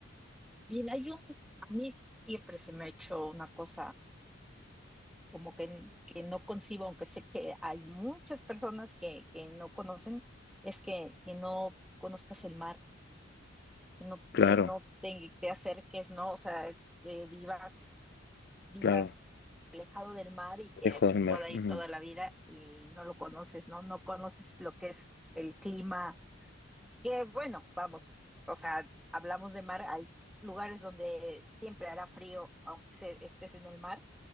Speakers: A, in the centre; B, on the left (about 55°).
A: bien, hay un- a mí siempre se me ha hecho una cosa como que, n- que no concibo, aunque sé que hay muchas personas que, que no conocen, es que, que no conozcas el mar que no,
B: Claro,
A: que no te, te acerques, ¿no? O sea, que vivas, vivas
B: claro.
A: alejado del mar y que
B: Lejos
A: se te
B: del mar.
A: pueda
B: mm,
A: ir toda la vida y no lo conoces, ¿no? No conoces lo que es el clima, que bueno, vamos, o sea, hablamos de mar, hay lugares donde siempre hará frío, aunque se- estés en el mar,